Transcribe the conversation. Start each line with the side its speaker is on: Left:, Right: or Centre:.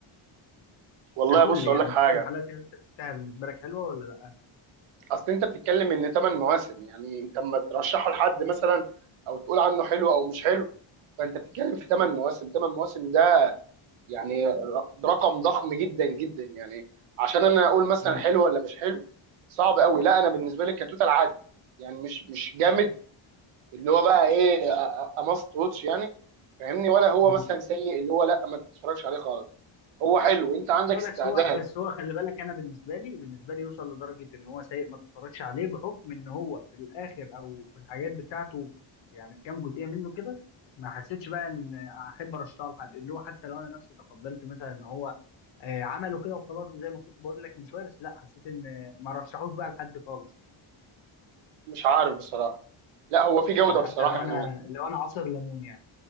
Right: والله
Left: ككل
Right: بص
Left: يعني
Right: اقول لك حاجة
Left: كل الحالات اللي انت شفتها بالنسبه لك حلوه ولا لا
Right: اصل انت بتتكلم ان ثمان مواسم يعني انت اما ترشحه لحد مثلا او تقول عنه حلو او مش حلو فانت بتتكلم في ثمان مواسم ثمان مواسم ده يعني ر- رقم ضخم جدا جدا يعني عشان انا اقول مثلا
Left: امم
Right: حلو ولا مش حلو صعب قوي لا انا بالنسبه لي كتوتال عادي يعني مش مش جامد اللي هو بقى ايه اماست واتش يعني فاهمني ولا هو
Left: امم
Right: مثلا سيء اللي هو لا ما تتفرجش عليه خالص هو حلو انت عندك
Left: لا
Right: استعداد
Left: بس هو بس هو خلي بالك انا بالنسبه لي بالنسبه لي يوصل لدرجه ان هو سيء ما تتفرجش عليه بحكم ان هو في الاخر او في الحاجات بتاعته يعني في كام جزئيه منه كده ما حسيتش بقى ان احب ارشحه لحد اللي هو حتى لو انا نفسي تقبلت مثلا ان هو آه، عمله كده وخلاص وزي ما كنت بقول لك من شويه بس لا حسيت ان ما رشحوش بقى لحد خالص يعني
Right: مش عارف بصراحه لا هو في جوده
Left: يعني حتى
Right: بصراحه
Left: لو
Right: يعني
Left: انا لو انا عصر ليمون يعني